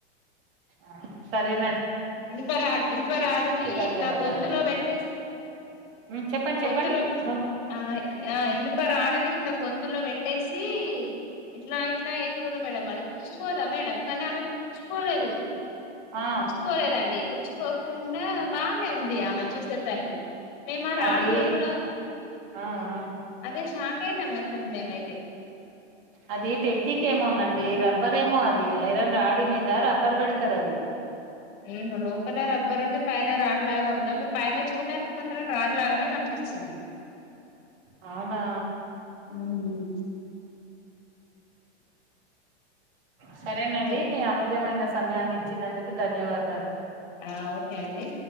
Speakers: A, on the right (about 50°); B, on the left (about 40°).
A: ఆ సరే నన్
B: ఇనుపరా ఇనుపరాడుని
A: ధన్యవాదాలండి
B: ఇట్లా గొంతులో పెట్టేసి,
A: ఉమ్ చెప్పండి చెప్పండి
B: గొంతులో
A: గొంతు
B: ఆ ఇనుపరాడుని ఇట్లా గొంతులో పెట్టేసి ఇట్లా ఇట్లా ఎగురుడు మేడం అది, కూచ్చుకోదా మేడం కానీ ఆమెకి కూచ్చుకోలేదు.
A: ఆ
B: కూచ్చుకోలేదండి గుచ్చుకోకుండా బానే ఉంది ఆమె చూసేసరికి, మేమా రాడు
A: అది
B: లోపల
A: ఆ ఆ
B: అదే శాక్ అయినం అసలు మేమయితే
A: అది టెక్నిక్ ఏమోంనండి, రబ్బరే ఏమో అది ఐరన్ రాడి మీద రబ్బర్ పెడతరు అది.
B: ఏం లోపల రబ్బరు ఉండి పైన రాడ్లాగా ఉందా, మీ పైన చూడడానికి మాత్రం రాడ్లాగనే కనిపిచింది.
A: అవునా
B: ఉమ్
A: సరేనండి
B: ఓకే
A: నీ అమూల్యమైన సమయాన్ని ఇచ్ ఇచ్చినందుకు ధన్యవాదాలు.
B: ఆ ఓకే అండి.